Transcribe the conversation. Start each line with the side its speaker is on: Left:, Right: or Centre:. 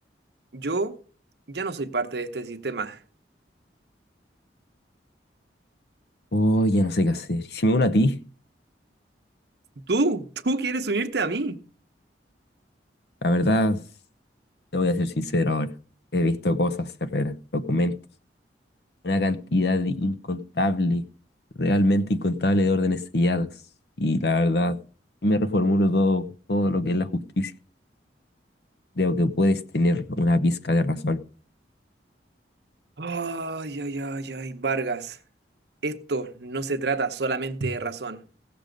Right: Yo ya no soy parte de este sistema.
Left: Oh, ya no sé qué hacer. ¿Y si me uno a ti?
Right: Tú, tú quieres unirte a mí.
Left: La verdad. Te voy a ser sincero ahora. He visto cosas, Herrera, documentos, una cantidad de incontable, realmente incontable de órdenes selladas. Y la verdad, me reformulo todo, todo lo que es la justicia. Creo que puedes tener una pizca de razón.
Right: Ay, ay, ay, ay, Vargas. Esto no se trata solamente de razón,